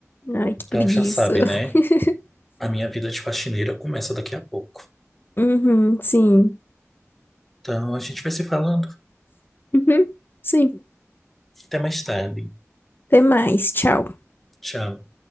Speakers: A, on the left; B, in the centre.
A: Ai, que
B: Então
A: preguiça.
B: já sabe, né?
A: <laughs>
B: A minha vida de faxineira começa daqui a pouco.
A: Uhum, sim.
B: Então a gente vai se falando.
A: Uhum, sim.
B: Até mais tarde.
A: Até mais, tchau.
B: Tchau.